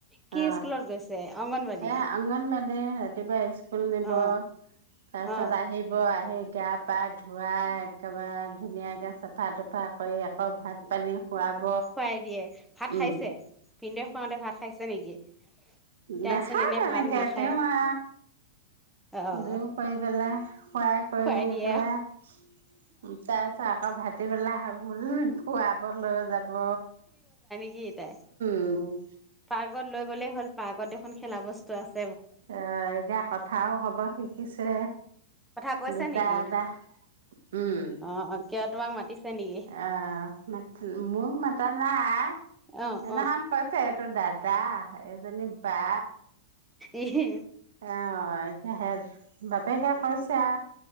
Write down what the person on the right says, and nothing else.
অ
এ অংগনবাদি ৰাতিপুৱা স্কুল নিব,
তাৰপিছত
আহিব আহি গা পা ধুৱাই একেবা ধুনীয়াকে চাফা তাফা কৰি আকৌ ভাত পানী। খুৱাব
উম
দেখা
তেনেকে
তেওঁ আ।
দেও পাই পেলাই। খোৱাই কৰি
একেবাই তাৰ পিছত আকৌ ভাত ভাটিবেলা আহাৰো হল খুৱাব। মা যাব।
অ।
অ এতিয়া কথাও কব শিকিছে
দুটা
এটা, উম
আহ মোক মাতা নাই
সেইদিনাখন
কৈছে এইটো দাদা, এইজনী বা।
অ এতিয়া হে বাপেকে কৈছে আ